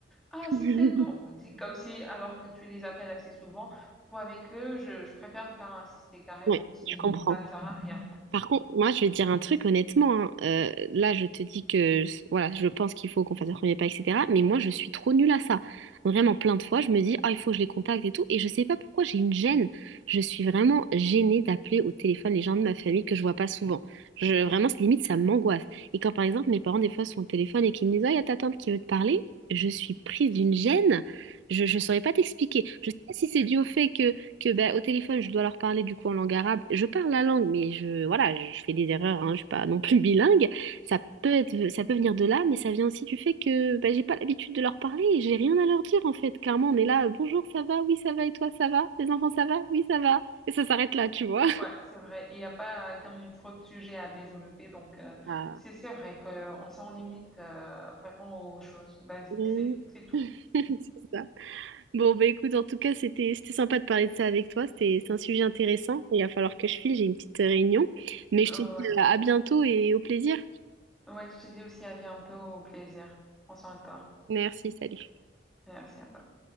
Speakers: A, in the centre; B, on the right.
A: Ah,
B: <laughs>
A: c'est tel ton. C'est comme si, alors que tu les appelles assez souvent, pour avec eux, je, je préfère ne pas insister carrément.
B: Oui,
A: Si
B: je comprends.
A: ça ne sert à rien.
B: Par contre, moi, je vais te dire un truc honnêtement. hein. Euh, là, je te dis que voilà, je pense qu'il faut qu'on fasse un premier pas, etc. Mais moi, je suis trop nulle à ça. Vraiment, plein de fois, je me dis, ah, il faut que je les contacte et tout. Et je sais pas pourquoi j'ai une gêne. Je suis vraiment gênée d'appeler au téléphone les gens de ma famille que je vois pas souvent. Je, vraiment, c'est limite, ça m'angoisse. Et quand, par exemple, mes parents, des fois, sont au téléphone et qu'ils me disent, ah, il y a ta tante qui veut te parler, je suis prise d'une gêne. Je ne saurais pas t'expliquer. Je sais pas si c'est dû au fait que que ben, au téléphone, je dois leur parler du coup en langue arabe. Je parle la langue, mais je, voilà, je fais des erreurs, hein, je suis pas non plus bilingue. Ça peut être, ça peut venir de là, mais ça vient aussi du fait que ben, j'ai pas l'habitude de leur parler et j'ai rien à leur dire en fait. Clairement, on est là, euh, bonjour, ça va, oui, ça va, et toi, ça va? Les enfants, ça va? Oui, ça va. Et ça s'arrête là, tu vois.
A: Ouais, c'est vrai. Il n'y a pas euh, comme une trop de sujets à développer. Donc, euh,
B: Ah.
A: c'est c'est vrai qu'on s'en limite euh, vraiment aux choses basiques.
B: Mm.
A: C'est c'est tout.
B: <laughs> C'est ça. Bon, bah écoute, en tout cas, c'était c'était sympa de parler de ça avec toi. C'était, c'est un sujet intéressant. Il va falloir que je file, j'ai une petite réunion. Mais
A: Ouais.
B: je te dis euh, à bientôt et au plaisir.
A: Ouais, je te dis aussi à bientôt. Au plaisir. Prends soin de toi.
B: Merci, salut.
A: Merci à toi.